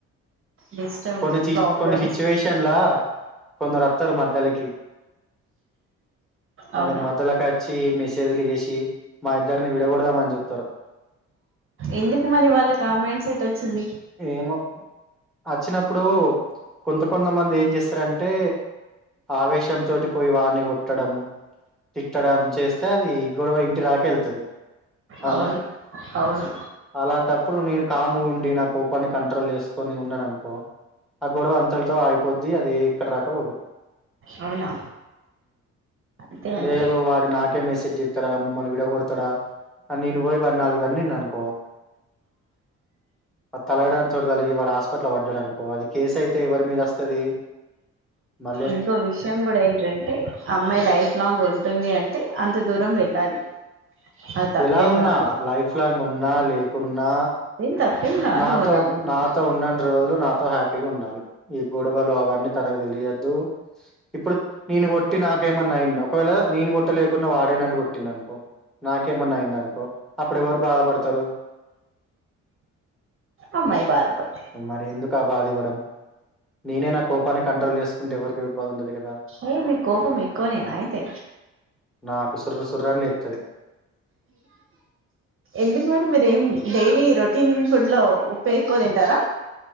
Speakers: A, on the right; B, in the centre.
A: డిస్టర్బ్
B: కొన్ని చి
A: ప్రాబ్లమ్స్
B: కొన్ని సిచ్యువేషన్లా కొందరత్తరు మధ్యలకి కొందరు
A: అవునా
B: మధ్యలకచ్చి మెసేజ్లు చేసి మా ఇద్దరిని విడకొడదామని చూత్తరు
A: ఎందుకు మరి వాళ్ళకి ఆ మైండ్ సెట్ వచ్చింది
B: ఏమో అచ్చినప్పుడు కొంత కొంతమంది ఏం చేస్ రంటే ఆవేశం తోటి పోయి వాన్ని కొట్టడం తిట్టడం చేస్ ఆది గొడవ ఇంటి దాకా ఎళ్తది అవునా
A: అవును అవును
B: అలాంటప్పుడు నేను కాముగుండి నా కోపాన్ని కంట్రోల్ చేసుకొని ఉన్నాననుకో ఆ గొడవ అంతట్తో ఆగ్ పొద్ది అది ఎక్కడి దాకపోదు
A: అవునా అంతే అంతే
B: లేదు వాడు నాకే మెస్ చేత్తారా మమ్మల్ని విడగొడతడా నేను పోయి వన్ని నాలుగు తన్నిన్ననుకో అద్ తలగరాని చోట తలిగి వాడు హాస్పిట్ల పడ్డాడనుకో అది కేసు అయితే ఎవరి మీద వస్తది మ
A: ఇంకో విషయం కూడా ఏంటంటే అమ్మాయి లైఫ్ లాంగ్ ఉంటుంది అంటే అంత దూరం వెళ్ళాలి అది తప్పేం
B: ఎలా ఉన్నా
A: కాదు
B: లైఫ్ లాంగ్ ఉన్నా లేకున్నా
A: ఏం తప్పేం కాదు
B: నాతో
A: అలా అంటే
B: నాతో ఉన్నన్ రో రోజులు నాతో హ్యాపీగా ఉండాలి ఈ గొడవలు అవన్నీ తనకు తెలియద్దు ఇప్పుడు నేను కొట్టి నాకేమన్నా అయింద ఒకవేళ నేను కొట్టలేకున్నా వాడే నన్ను కొ ట్టింది అనుకో నాకేమన్నా అయిందనుకో అప్పుడు ఎవరు బాధపడతారు
A: అమ్మాయి బాద పడ్త్
B: మరి ఎందుకు ఆ బాధ ఇవ్వడం నేనే నా కోపాన్ని కంట్రోల్ చేసుకుంటే ఎవరికె ఎ బాద ఉండది కదా
A: ఏ మీక్ కోపం ఎక్కువ నేన అయితే
B: నాకు సుర్రు సుర్రని లేత్తది
A: ఎందుకు మరీ మీరేం డైలీ రొటీన్ ఫుడ్ లో ఉప్పేక్కువ తింటారా